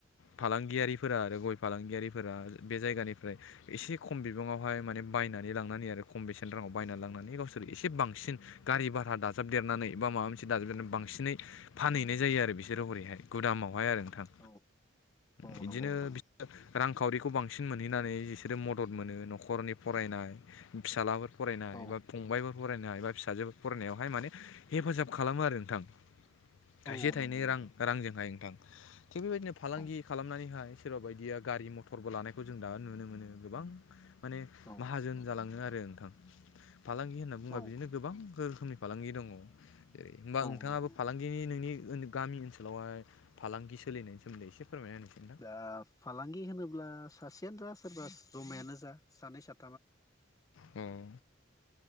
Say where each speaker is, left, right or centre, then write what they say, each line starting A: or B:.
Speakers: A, on the left (about 75°); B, on the left (about 15°).
A: फालांगियारिफोरा आरो गय फालांगियारिफोरा बे जायगानिफ्राय एसे खम बिबाङावहाय माने बायनानै लांनानै आरो खम बेसेन राङाव बायनानै लांनानै गावसोर एसे बांसिन गारि भारा दाजाबदेरनानै बा माबा मोनसे दाजाबदेरनानै बांसिनै फानहैनाय जायो आरो बिसोरो हरैहाय गुदामावहाय आरो नोंथां।
B: औ औ
A: बिदिनो
B: नंगौ नोंथां
A: बिसोरो रांखावरिखौ बांसिन मोनहैनानै बिसोरो मदद मोनो न'खरनि फरायनाय फिसालाफोर फरायनाय
B: औ
A: बा फंबायफोर फरायनो हायो बा फिसाजो फरायनायावहाय माने हेफाजाब खालामो आरो नोंथां थाइसे
B: औ
A: थाइनै
B: नंगौ नोंथां
A: रां रांजोंहाय नोंथां थिग बेबायदिनो फालांगि
B: औ
A: खालामनानैहाय सोरबा बायदिया गारि मथरबो लानायखौ जों दा नुनो मोनो गोबां माने
B: औ
A: माहाजोन जालाङो आरो नोंथां फालांगि होनना बुङोबा
B: औ
A: बिदिनो गोबां रोखोमनि फालांगि दङ जेरै होमबा
B: औ
A: नोंथाङाबो
B: नंगौ
A: फालांगिनि नोंनि गामि ओनसोलावहाय फालांगि सोलिनायनि सोमोन्दै एसे फोरमायना होनायसाय नोंथां
B: दा फालांगि होनोब्ला सासेयानो जा सोरबा जमायानो जा सानै साथाम
A: औ